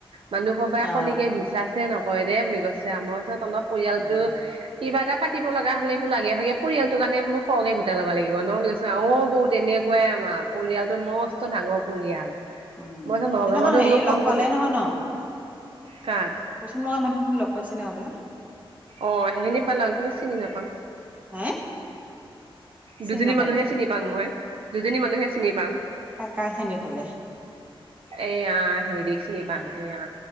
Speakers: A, on the right (about 75°); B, on the right (about 15°).
A: মানুহ সবাই
B: অ
A: কলিকে বিচা নকৰে দেই বুলি কৈছে, মই কৈছোঁ তহঁতৰ পৰিয়ালটো
B: উম
A: কিবা এটা পাতি লগা হ'লে বুলো আগে ভাগে পৰিয়ালটোৰ কাৰণে বোল সৰহে কে গোট ল'ব লাগিব। অ বৌ তেনেকুৱাই আমাৰ, পৰিয়ালটো মস্ত ডাঙৰ পৰিয়াল।
B: উম
A: মই কৈছোঁ নগাঁৱতো
B: সদিনাখন হেৰি
A: বোলো সম্পূৰ্ণ
B: লগ পালে নহয় ন?
A: কাক?
B: পশিমঙৰ মানুহখিন লগ পাইছিলা হবলা।
A: অ সেইখিনি পালং কিন্তু চিনি নাপাং।
B: হে চিনি
A: দুজনী
B: নাপালে
A: মানুহে চিনি মই দুজনী মানুহে চিনি পাং।
B: কা-কাক চিনি পালে।
A: এয়া হেৰি চিনি পাং, এয়া